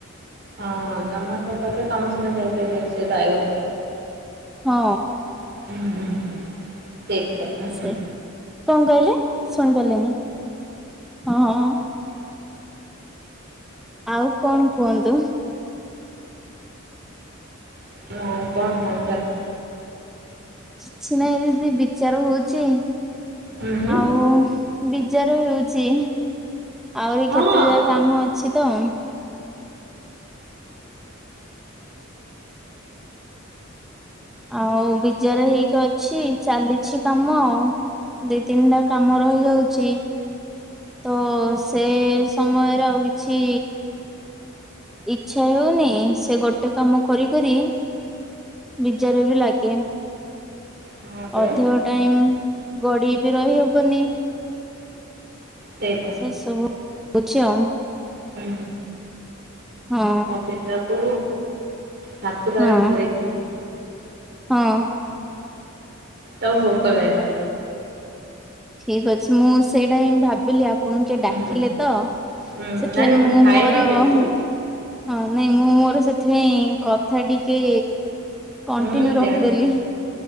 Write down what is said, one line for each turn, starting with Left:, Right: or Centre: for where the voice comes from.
Right: ହଁ ଜମାଟ କଲେ ତମେ ସିନା ଯାଇପାରିବନି ସେତ ଆଇବ।
Centre: ହଁ।
Right: ହୁଁ ହୁଁ ହୁଁ। ଠିକ୍ କଥା
Centre: ସେ
Right: ହୁଁ।
Centre: କଣ କହିଲେ ଶୁଣିପାରିଲିନି? ହଁ ହଁ ଆଉ କଣ କୁହନ୍ତୁ?
Right: ହଁ, କଣ ହାଲ୍ ଚାଲ୍?
Centre: କିଛି ନାହିଁ ଯଦି ବିଚାର ହଉଛି
Right: ହୁଁ ହୁଁ।
Centre: ଆଉ ବିଜାର ହେଉଛି ଆହୁରି
Right: ହଁ।
Centre: କେତେ ଯାଏ କାମ ଅଛି ତ ଆଉ ବିଜାର ହେଇକି ଅଛି ଚାଲିଛି କାମ ଆଉ। ଦି ତିନିଟା କାମ ରହିଯାଉ ଛି ତ ସେ ସମୟରେ ଆଉ କିଛି ଇଚ୍ଛା ହେଉନି ସେ ଗୋଟେ କାମ କରି କରି ବିଜାର ବି ଲାଗେ।
Right: ହଁ ପରା।
Centre: ଅଧିକ ଟାଇମ ଗଡି ବି ରହିହବନି।
Right: ସେଇଟା
Centre: ସେ ସବୁ ଉଛି ଆଉ।
Right: ହୁଁ
Centre: ହଁ
Right: ମୋ ପିିଲାକୁ ସାତୁଟାରେ
Centre: ହଁ
Right: ଖୁଏଇଥିଲି ମୁଁ।
Centre: ହଁ।
Right: ତାକୁ ଭୋକ ଲାଗିଲା।
Centre: ଠିକ ଅଛି ମୁଁ ସେଇଟା ହିଁ ଭାବିଲି ଆ ଆପଣଙ୍କୁ କିଏ
Right: ହୁଁ।
Centre: ଡାକିଲେ ତ
Right: ହୁଁ
Centre: ସେଥିପାଇଁ
Right: ନାଇଁ ନାଇଁ
Centre: ମୁଁ
Right: ଖାଇକି
Centre: ମୋର
Right: ଯିବି
Centre: ହଁ
Right: ବା।
Centre: ନାଇଁ ମୁଁ ମୋର ସେଥିପାଇଁ କଥା ଟିକେ କଣ୍ଟିନ୍ୟୁ
Right: ହୁଁ
Centre: ରଖିଦେଲି।
Right: ଜାଣିଲି।